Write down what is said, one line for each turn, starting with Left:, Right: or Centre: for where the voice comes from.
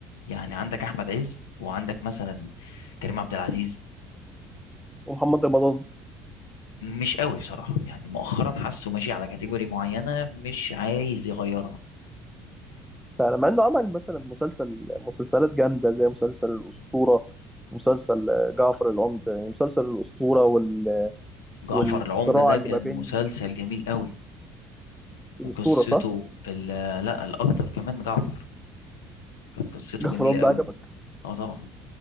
Left: يعني عندك احمد عز وعندك مثلا كريم عبد العزيز
Centre: ومحمد رمضان
Left: مش قوي بصراحه يعني مؤخرا حاسه ماشي على كاتيجوري معينه مش عايز يغيرها
Centre: فلما انه عمل مثلا مسلسل مسلسلات جامده زي مسلسل الاسطوره مسلسل آه، جعفر العمدة يعني مسلسل الاسطوره وال...
Left: جعفر
Centre: والصراع
Left: العمده ده
Centre: اللي
Left: كان
Centre: ما بين
Left: مسلسل جميل قوي وقصته
Centre: الاسطوره صح؟
Left: ال- لا الاكتر كمان جعفر كانت قصته
Centre: جعفر
Left: جميله
Centre: العمدة
Left: قوي
Centre: عجبك؟
Left: اه طبعا